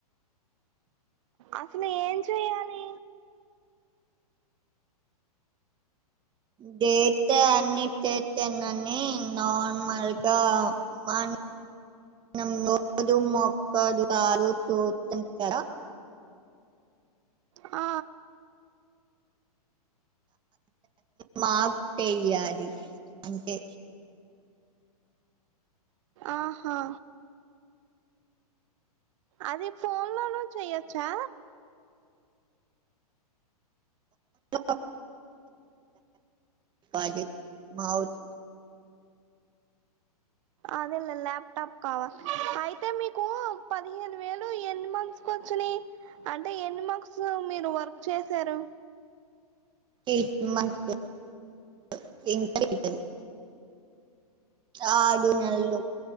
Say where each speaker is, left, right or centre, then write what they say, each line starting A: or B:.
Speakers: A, on the right; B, on the right.
A: అసలు ఏం చెయ్యాలి
B: డేట్ తే అన్ని తేతనని నామ్ మల్ కా మనం రోజు మొక్కదాలు తూదమ్ కద
A: ఆ
B: మప్టెయ్యాలి అంటే
A: ఆహా అది ఫన్లోను చెయచ్చా
B: <inaudible> పది మౌత్
A: అదే లే ల్యాప్టాప్ కావా అయితే మీకు పదిహేను వేలు ఎన్ని మంత్స్ కి వచ్చినయి అంటే ఎన్ని మంత్స్ మీరు వర్క్ చేసారు
B: ఎయిట్ మంత్స్ <unintelligible> ఆ గ్ రు నెల్లు